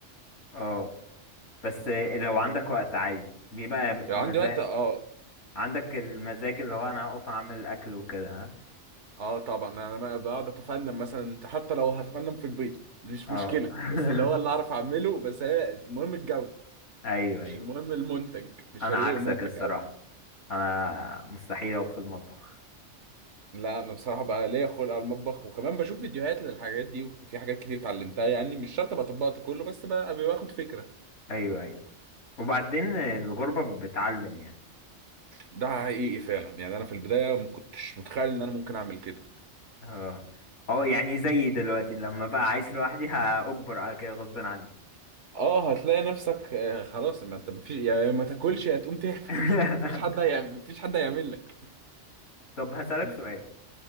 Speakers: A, on the left; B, on the right.
A: اه بس لو عندك وقت عادي بيبقى مزاج
B: لو عندي وقت اه
A: عندك المزاج اللي هو انا اقف اعمل اكل وكده ها
B: اه طبعا انا بقى بقعد اتفنن مثلا حتى لو هتفنن في البيض مش
A: اه
B: مشكله
A: <laughs>
B: بس اللي هو اللي اعرف اعمله بس هي المهم الجو
A: ايوه
B: مش
A: ايوه
B: المهم المنتج مش
A: انا
B: فارق
A: عكسك
B: لي المنتج
A: الصراحة
B: قوي
A: انا مستحيل اقف في المطبخ
B: لا انا بصراحه بقى ليا خلق على المطبخ وكمان بشوف فيديوهات للحاجات دي وفي حاجات كتير اتعلمتها يعني مش شرط ابقى طبقت كله بس بقى باخد فكره
A: ايوه ايوه وبعدين الغربة بتعلم يعني
B: ده حقيقي فعلا يعني انا في البدايه ما كنتش متخيل ان انا ممكن اعمل كده
A: اه اه
B: مم.
A: يعني زيي دلوقتي لما بقى عايش لوحدي هأجبر على كده غصب عني
B: اه هتلاقي نفسك آه، خلاص ما انت مفيش يعني ما تاكلش يا تقوم تعمل
A: <laughs>
B: <laughs> مفيش حد هيعمل مفيش حد هيعمل لك
A: طب هسألك
B: مم.
A: سؤال